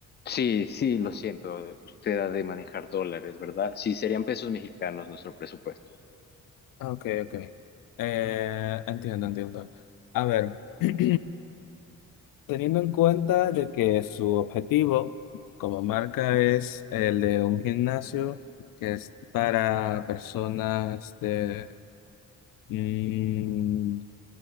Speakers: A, on the left; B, on the left.
A: Sí, sí, lo siento, usted ha de manejar dólares, ¿verdad? Sí, serían pesos mexicanos nuestro presupuesto.
B: Ah, ok, ok. Eh, entiendo, entiendo. A ver, <clears throat> teniendo en cuenta de que su objetivo como marca es el de un gimnasio que es para personas de mm,